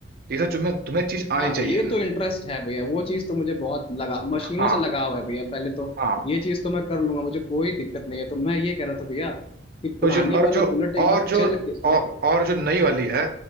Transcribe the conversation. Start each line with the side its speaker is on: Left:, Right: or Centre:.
Right: तो ये सब तुम्हें तुम्हें चीज आनी
Left: हाँ
Right: चाहिए
Left: ये तो इंटरेस्ट है भैया वो चीज तो मुझे बहुत लगा मशीनों
Right: हाँ
Left: से लगाव है भैया पहले तो
Right: हाँ
Left: ये चीज तो मैं कर लूंगा मुझे कोई दिक्कत नहीं है तो मैं ये कह रहा था भैया कि
Right: तो
Left: पुरानी
Right: जो और
Left: वाली
Right: जो
Left: बुलेट एक
Right: और
Left: बार
Right: जो
Left: चल के
Right: और, और जो नई वाली है